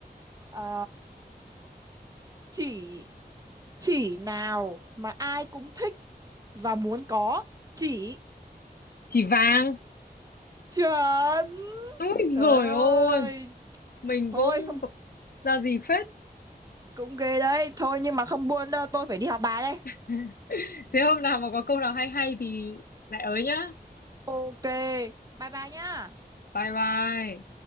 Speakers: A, on the right; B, on the left.
A: Ờ, chỉ chỉ nào mà ai cũng thích và muốn có chỉ
B: chỉ vàng
A: chuẩn
B: Úi
A: trời
B: rồi
A: ơi
B: ôi mình
A: thôi
B: cũng
A: không
B: ra gì phết
A: cũng ghê đấy thôi nhưng mà không buồn đâu tôi phải đi học bài đây
B: <laughs> thế hôm nào mà có câu nào hay hay thì lại ới nhá
A: Ok, bye bye nhá.
B: bye bye